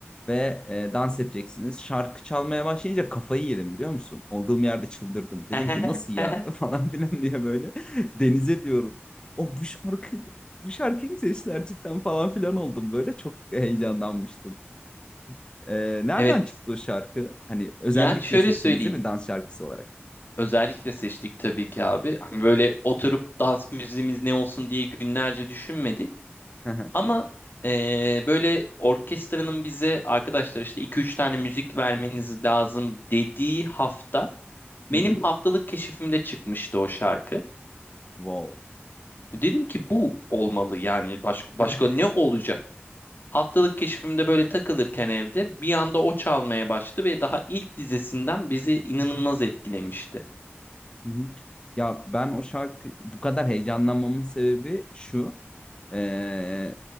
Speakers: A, on the left; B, on the left.
A: ve e, dans edeceksiniz. Şarkı çalmaya başlayınca kafayı yedim biliyor musun? Olduğum yerde çıldırdım. Dedim
B: <laughs>
A: ki nasıl ya <laughs> falan filan diye böyle <laughs> denize diyorum. O bu şarkı bu şarkıyı mı seçtiler cidden falan filan oldum böyle çok heyecanlanmıştım. E, nereden
B: Evet.
A: çıktı o şarkı? Hani özellikle
B: Yani şöyle
A: seçtiniz
B: söyleyeyim.
A: değil mi dans şarkısı olarak?
B: Özellikle seçtik tabii ki abi. Hani böyle oturup dans müziğimiz ne olsun diye günlerce düşünmedik.
A: <laughs> Hı
B: Ama eee, böyle orkestranın bize arkadaşlar işte iki üç tane müzik vermeniz lazım dediği hafta benim
A: hı.
B: haftalık keşifimde çıkmıştı o şarkı.
A: Wow.
B: Dedim ki bu olmalı yani baş- başka
A: <laughs>
B: ne olacak? Haftalık keşfimde böyle takılırken evde bir anda o çalmaya başladı ve daha ilk dizesinden bizi inanılmaz etkilemişti.
A: Hı hı. Ya ben o şarkı bu kadar heyecanlanmamın sebebi şu. Ee,